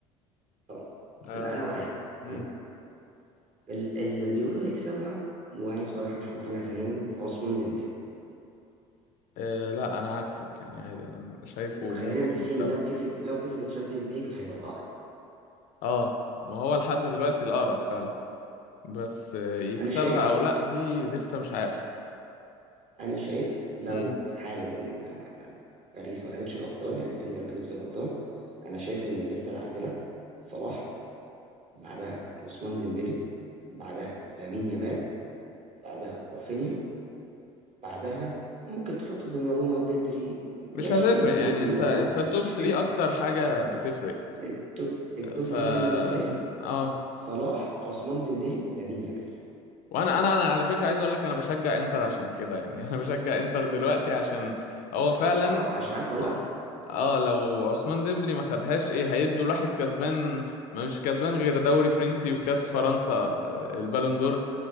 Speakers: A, on the right; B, on the left.
A: اه
B: آه.
A: انا انا معاك
B: امم
A: انا معاك ال- اللي بيقولوا هيكسبها وانا بصراحه مش مقتنع تماما عثمان ديمبلي
B: آه. لا انا عكسك يعني عادي انا شايفه
A: وخلينا
B: ممكن
A: متفقين
B: يكسبها
A: لو كسب لو كسب الشامبيونز ليج هيبقى الاقرب
B: اه ما هو لحد دلوقتي الاقرب فعلا بس آه يكسبها
A: انا شايف
B: او لا دي لسه مش عارف
A: انا شايف لو
B: امم
A: في حاله ان آه، باريس ما خدتش الابطال يعني الانتر كسبت الابطال انا شايف ان الليسته العادله صلاح بعدها عثمان ديمبلي بعدها لامين يامال بعدها رافينيا بعدها ممكن تحط دوناروما بيدري ماشي
B: مش هتفرق
A: ممكن
B: يعني
A: اقول دوناروما
B: انت انت
A: او بيدري
B: التوب
A: مش
B: 3
A: هتفرق
B: اكتر حاجة بتفرق
A: التوب التوب
B: ف
A: 3 بالنسبة لي
B: اه
A: صلاح عثمان ديمبélé لامين يامال
B: وانا انا انا على فكره عايز اقول لك انا بشجع انتر عشان كده يعني <laughs> انا بشجع انتر دلوقتي عشان هو فعلا
A: اه عشان عايز صلاح
B: لا اه لو عثمان ديمبلي ما خدهاش ايه هيدوا الواحد كسبان ما مش كسبان غير دوري فرنسي وكاس فرنسا آه، البالون دور